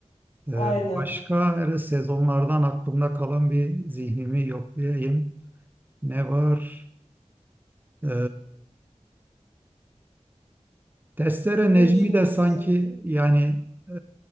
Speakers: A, on the right (about 15°); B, on the left (about 65°).
A: E,
B: Aynen.
A: başka hele sezonlardan aklımda kalan bir zihnimi yoklayayım. Ne var? E, Testere
B: Ne
A: Necmi
B: düşünüyorsun
A: de sanki
B: sen?
A: yani e,